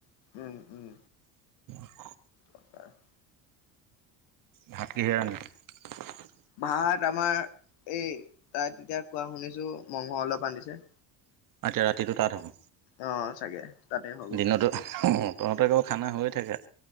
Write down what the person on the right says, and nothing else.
<unintelligible>
ভাত কিহেৰে ৰান্ধিলি?
এতিয়া ৰাতিটো তাত হ'ব,
দিনতো <unintelligible> তহঁতৰ কেৱল খানা হৈয়ে থাকে।